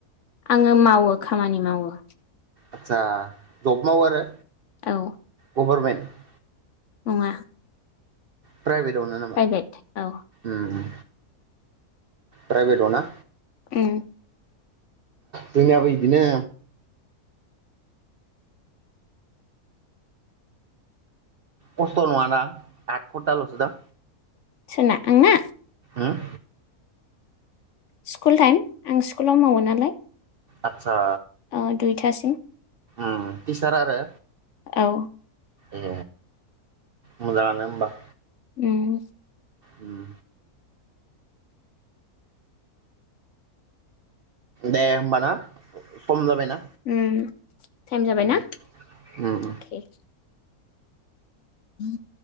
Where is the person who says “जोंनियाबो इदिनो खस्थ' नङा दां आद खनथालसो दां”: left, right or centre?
Right